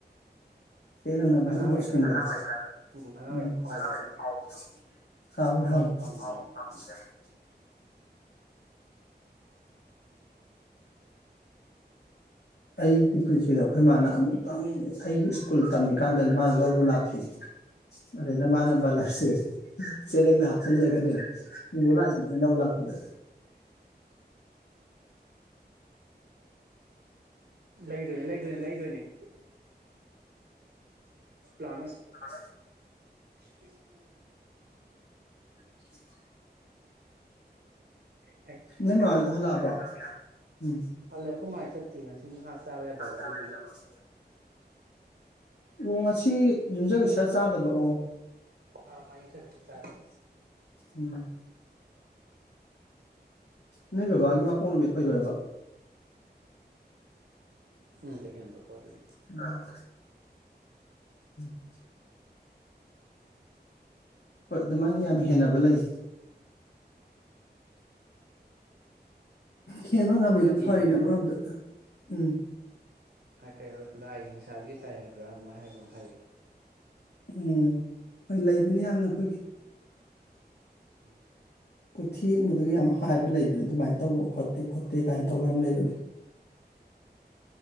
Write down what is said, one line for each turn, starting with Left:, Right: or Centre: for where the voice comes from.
Left: ꯍ ꯅꯪꯅꯅꯕꯩ
Right: ꯑꯉꯥꯡ
Left: ꯃꯍꯨꯠ
Right: ꯑꯣꯏꯔꯤꯀꯥꯟꯗ
Left: ꯁꯥꯡ ꯎꯥꯡꯥꯎꯕꯗꯣ
Right: ꯎꯝ ꯑꯅꯥꯎ ꯌꯥꯝ ꯍꯥꯎꯕꯗꯣ
Left: <unintelligible> ꯍꯥꯎ
Right: ꯃꯍꯥꯎ
Left: ꯍꯥꯎ
Right: ꯑꯃ ꯐꯪꯕꯅꯦꯕ
Left: <unintelligible>
Right: ꯎꯝ
Left: ꯑꯩꯒꯤ ꯄꯨꯟꯁꯤꯗ ꯑꯩꯈꯣꯏ ꯃꯥꯅ ꯑꯃꯨꯛꯇꯪ ꯑꯩꯒꯤ ꯁ꯭ꯀꯨꯜ ꯇꯝꯃꯤꯀꯥꯟꯗ ꯃꯥꯅ ꯂꯧꯕ ꯂꯥꯛꯈꯤ ꯑꯗꯨꯗ ꯃꯥꯅ ꯕꯥꯂꯞꯁꯦ ꯆꯦꯔꯪꯗ ꯍꯥꯞꯆꯤꯜꯂꯒꯅꯦ ꯄꯨꯔꯥ ꯂꯥꯛꯏꯅꯤ ꯂꯧ ꯂꯥꯛꯄꯗ
Right: ꯂꯩꯗꯣꯏꯅꯦ ꯂꯩꯗꯣꯏꯅꯤ ꯂꯩꯗꯣꯏꯅꯦ ꯂꯥꯡꯒꯅꯨ
Left: <unintelligible>
Right: ꯎ <inaudible>
Left: <inaudible>
Right: ꯎ <inaudible>
Left: ꯅꯣꯏ ꯃꯥ ꯍꯣꯏꯗꯨ ꯍꯜꯂꯥꯛꯑꯕꯣ ꯎꯝ
Right: ꯍꯜꯂꯦ ꯑꯩꯈꯣꯏ ꯃꯥ ꯆꯠꯇꯦ ꯉꯁꯤ ꯉꯥ ꯆꯥꯕ ꯌꯥꯗꯕ
Left: <unintelligible>
Right: ꯑꯗꯨꯗꯨꯒꯤ
Left: ꯑꯣ ꯉꯁꯤ ꯌꯨꯝꯖ ꯀꯩꯁꯥ ꯆꯥꯗꯕ ꯑꯣ
Right: ꯑ ꯃꯥ ꯌꯨꯝꯁꯥ ꯀꯩꯁꯥ ꯆꯥꯗꯦ
Left: ꯎꯝ ꯅꯣꯏ ꯕꯕꯥꯒꯤ ꯃꯄꯣꯛ ꯅꯨꯃꯤꯠ ꯑꯣꯏꯕꯔ꯭ꯕꯥ
Right: ꯎꯝ ꯍꯦꯟꯕꯀꯣ ꯑꯗꯨꯒꯤ
Left: ꯎꯝ <unintelligible> ꯍꯣꯏ ꯑꯗꯨꯃꯥꯏꯅ ꯌꯥꯝ ꯍꯦꯟꯅꯕ ꯂꯩ ꯍꯦꯟꯕ ꯉꯝꯃꯤꯗꯣ
Right: ꯄꯛꯅꯗꯦꯌꯦ
Left: ꯐꯔꯤꯅ ꯑꯃꯥ ꯔꯣꯝꯗꯥ ꯎꯝ
Right: ꯀ ꯂꯥꯏꯒꯤ ꯍꯤꯡꯁꯥꯗꯨꯒꯤ ꯇꯥꯏ ꯍꯥꯏꯕ꯭ꯔꯥ ꯑꯗꯨꯃꯥꯏꯅ ꯍꯥꯏꯕ꯭ꯔꯥ ꯍꯥꯏꯌꯦꯦ <unintelligible>
Left: ꯎꯝ ꯍꯣꯏ ꯂꯩꯕꯅꯦ ꯌꯥꯝꯅ ꯑꯩꯈꯣꯏꯒꯤ
Right: ꯎꯝ
Left: ꯊꯦꯡꯕꯗꯨꯗꯒꯤ ꯌꯥꯝ ꯍꯥꯏꯕ ꯂꯩꯕꯅꯤ ꯑꯗꯨꯃꯥꯏꯅ ꯇꯧꯕ ꯐꯠꯇꯦ ꯈꯣꯠꯇꯦ ꯀꯥꯏꯅ ꯇꯧꯕ ꯌꯥꯝ ꯂꯩꯕꯅꯦ